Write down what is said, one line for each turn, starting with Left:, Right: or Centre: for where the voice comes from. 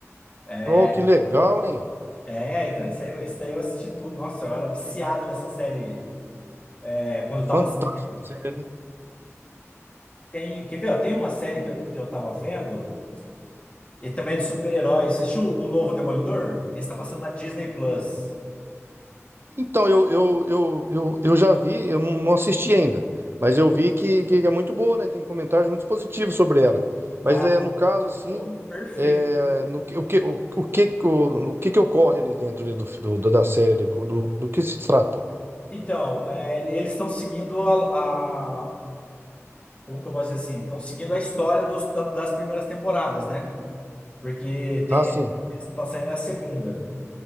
Left: É,
Right: Oh, que legal, hein?
Left: É, então, esse, aí, eu- esse daí eu assisti tudo. Nossa, eu era viciado nessa série é, quando eu tava
Right: Fantástico,
Left: saindo.
Right: sério, né?
Left: Tem, quer ver? ó, Tem uma série que eu, que eu tava vendo, e também é de super-herói. Você assistiu o novo Demolidor? Esse tá passando na Disney Plus.
Right: Então, eu, eu, eu, eu, eu já vi, eu não não assisti ainda, mas eu vi que, que é muito boa, né? Tem comentários muito positivos sobre ela. Mas
Left: Cara,
Right: é, no caso, assim,
Left: pô, perfeito.
Right: é, no, que- o que, o, o que, o, o que que ocorre ali dentro ali do, do- do- da série, ali, do, do que se trata?
Left: Então, é, eles estão seguindo a, a- Como que eu posso dizer assim? Estão seguindo a história dos, da- das primeiras temporadas, né? Porque tem,
Right: Ah, sim,
Left: essa tá saindo é a segunda.